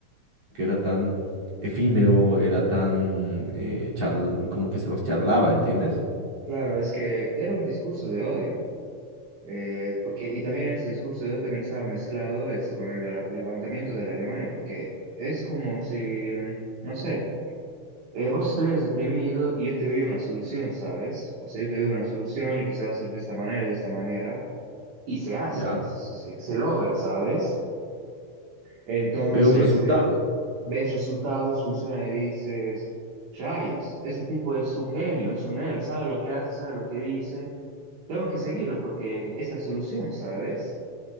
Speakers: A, on the right; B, on the right.
A: que era tan efímero, era tan eh, charl- como que se los charlaba, ¿entiendes?
B: Claro, es que era un discurso de odio, eh, porque, y también en ese discurso de odio también estaba mezclado este, con el la- levantamiento de la Alemania, porque es como si, mm, no sé, eh, vos estuvieras deprimido y yo te doy una solución, ¿sabes? O sea, yo te doy una solución y que se va a hacer de esta manera, de esta manera. y se hace,
A: Ya
B: se, se logra, ¿sabes? Entonces,
A: veo resultados,
B: eh, ves resultados, funciona y dices, rayos, este tipo es un genio, es un héroe, sabe lo que hace, sabe lo que dice, tengo que seguirlo porque es la solución, ¿sabes?